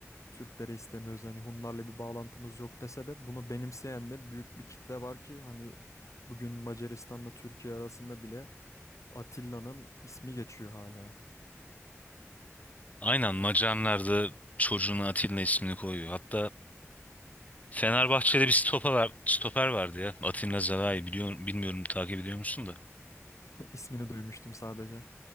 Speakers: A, on the left (about 80°); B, on the left (about 30°).
A: Türkleri istemiyoruz hani Hunlarla bir bağlantımız yok dese de bunu benimseyen de büyük bir kitle var ki hani bugün Macaristan'la Türkiye arasında bile Atilla'nın ismi geçiyor hala.
B: Aynen Macarlar da çocuğuna Atilla ismini koyuyor. Hatta Fenerbahçe'de bir stoper, var- stoper vardı ya. Atilla Zalai biliyor, bilmiyorum takip ediyor musun da.
A: <laughs> İsmini duymuştum sadece.